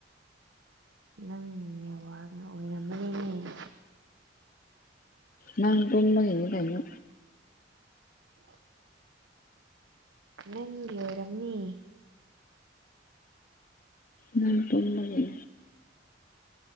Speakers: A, on the right (about 85°); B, on the left (about 45°).
A: ꯅꯪꯅꯅꯦ ꯋꯥꯥꯛꯅ ꯑꯣꯏꯔꯝꯃꯅꯤꯅꯦ
B: ꯅꯪꯒꯣꯟ ꯃꯉꯅꯤ ꯉꯥꯏꯅ
A: <unintelligible> ꯅꯪꯒ ꯑꯣꯏ ꯔꯝꯅꯤ
B: ꯅꯪ ꯊꯃꯒꯅꯦ